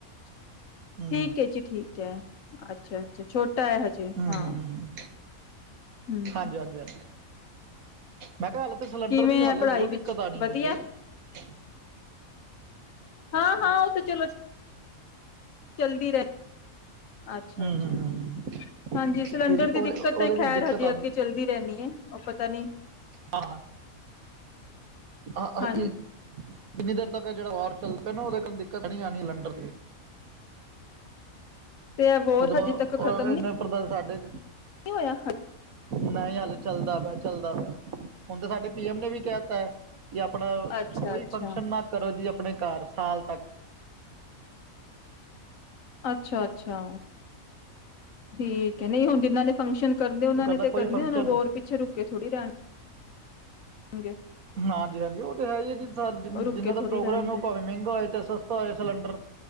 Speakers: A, on the left; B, on the right.
A: ਠੀਕ
B: ਹੂੰ
A: ਹੈ ਜੀ ਠੀਕ ਹੈ ਅੱਛਾੱਾਛਟ ਟ ਹਜੇ
B: ਹੂੰ
A: ਹਾਂ
B: ਹੂੰ ਹੂੰ
A: ਹਮ
B: ਹਾਂਜੀ ਹਾਂਜੀ ਹਾਂਜੀ ਮੈਂ ਕਿਹਾ ਹਾਲ ਤੇ ਸਿਲੰਡਰ
A: ਕਿਵੇਂ
B: ਦੀ ਹਾਲੇ
A: ਹੈ ਪੜ੍ਹਾਈ
B: ਹੋਰ
A: ਵਿੱਚ
B: ਦਿੱਕਤ ਆਣੀ
A: ਵਧੀਆ
B: ਅੱਗੇ ਹ
A: ਹਾਂ ਹਾਂ ਉਹ ਤੇ ਚਲੋ ਚਲਦੀ ਰਹੇ ਅੱਛਾ
B: ਹੂੰ
A: ਅੱਛਾ
B: ਹੂੰ ਹੂੰ ਹੂੰ
A: ਹਾਂਜੀ ਸਿਲੰਡਰ
B: ਕਿਉਂਕਿ
A: ਦੀ
B: ਉਹਦੇ
A: ਦਿੱਕਤ
B: ਉਹਦੇ
A: ਤਾਂ
B: ਵਿੱਚ
A: ਖੈਰ
B: ਦਿੱਕਤ
A: ਹਜੀ ਅੱਗੇ ਚੱਲਦੀ ਰਹਦੀ ਹੈ ਉਹ ਪਤਾ ਨ
B: ਆਹ ਹਾਂ ਆ
A: ਹਾਂ
B: ਕਿੰਨੀ ਦੇਰ ਤ ਜਿਹੜਾ ਵਾਰ ਚੱਲਦਾ ਨਾ ਉਹਦੇ ਦਿੱਕਤ ਨੀ ਆਣੀ ਸਲੰਡਰ ਦੀ
A: ਤੇ ਇਹ ਵੋਰ
B: ਉਹਨੇ
A: ਹਜੇ ਤੱਕ ਖ਼ਤਮ ਨੀ
B: <unintelligible> ਸਾਡੇ
A: ਹੋਇਆ
B: ਨਹੀਂ ਹੱਲ ਚੱਲਦਾ ਪਿਆ ਚੱਲਦਾ ਪਿਆ ਹੁਣ ਤੇ ਸਾਡੇ ਪੀ ਐਮ ਨੇ ਵੀ, ਕਹਿ ਤਾ, ਕਿ ਆਪਣਾ
A: ਅੱਛਾ
B: ਕੋਈ
A: ਅੱਛਾ
B: ਫੰਕਸ਼ਨ ਨਾ ਕਰੋ, ਜੀ ਆਪਣੇ ਘਰ ਸਾਲ ਤੱਕ,
A: ਅੱਛਾ-ਅੱਛਾ, ਠੀਕ ਹੈ ਨਹੀਂ ਹੁਣ ਜਿੰਨਾਂ ਨੇ ਫੰਕਸ਼ਨ ਕਰਦੇ ਉਹਨਾਂ
B: ਉਹ ਕਹਿੰਦਾ
A: ਨੇ ਤੇ
B: ਕੋਈ
A: ਕਰਨੇ
B: ਫੰਕਸ਼ਨ
A: ਉਹ ਵੋਰ ਪਿੱਛੇ ਰੁਕੇ ਥੋੜੀ ਰਹਿ ਹਾਂਜੀ,
B: ਹਾਂਜੀ-ਹਾਂਜੀ ਉਹ ਤਾਂ ਹੈ ਹੀ ਹੈ, ਜੀ
A: ਉਹ ਰੁਕ
B: ਜਿਨਾਂ
A: ਕੇ ਥੋੜ੍ਹੀ
B: ਦਾ ਪ੍ਰੋਗਰਾਮ
A: ਰਹਿਣਗੇ
B: ਹੈ, ਉਹ ਭਾਵੇਂ ਮਹਿੰਗਾ ਹੋਏ ਚ ਸਸਤਾ ਹੋਏ ਸਿਲੰਡਰ